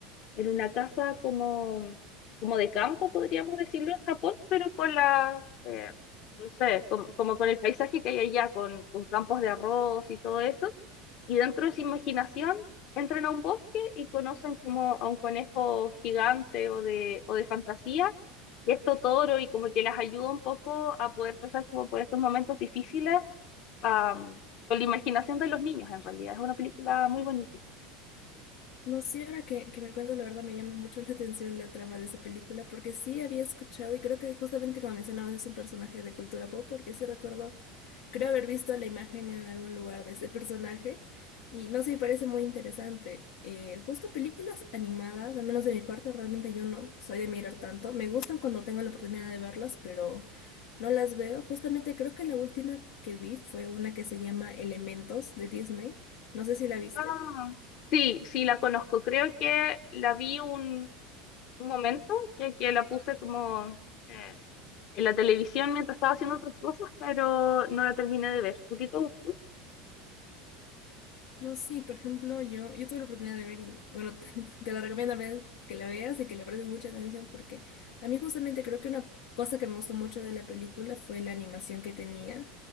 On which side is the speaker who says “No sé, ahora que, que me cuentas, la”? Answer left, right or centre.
Left